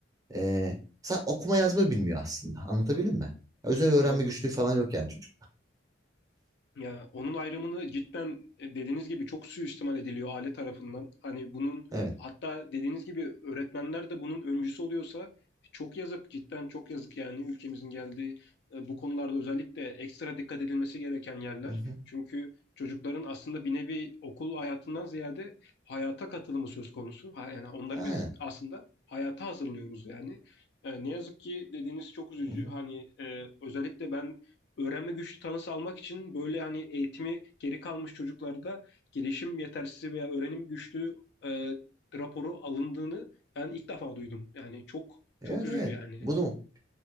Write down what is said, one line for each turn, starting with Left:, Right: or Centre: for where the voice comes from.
Right: e, sa- okuma yazma bilmiyor aslında. Anlatabildim mi? Özel
Left: anladım.
Right: öğrenme güçlüğü falan yok yani çocukta.
Left: Ya onun ayrımını cidden e, dediğiniz gibi çok suistimal ediliyor aile tarafından. Hani bunun
Right: Evet.
Left: hatta dediğiniz gibi öğretmenler de bunun öncüsü oluyorsa çok yazık cidden çok yazık yani ülkemizin geldiği e, bu konularda özellikle ekstra dikkat edilmesi gereken yerler.
Right: Hı hı.
Left: Çünkü çocukların aslında bir nevi okul hayatından ziyade hayata katılımı söz konusu. Ha- Yani onları
Right: Aynen.
Left: biz aslında hayata hazırlıyoruz yani. E, Ne yazık ki dediğiniz çok üzücü.
Right: Hı hı.
Left: Hani e, özellikle ben öğrenme güçlüğü tanısı almak için böyle hani eğitimi geri kalmış çocuklarda gelişim yetersizliği veya öğrenim güçlüğü e, raporu alındığını ben ilk defa duydum. Yani çok
Right: Evet
Left: çok üzücü
Right: evet.
Left: yani.
Right: Bunu